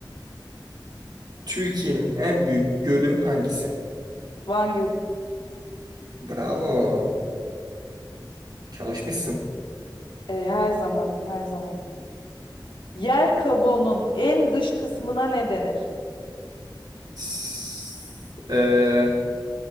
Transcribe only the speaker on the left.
Van Gölü.
E, her zaman her zaman. Yer kabuğunun en dış kısmına ne denir?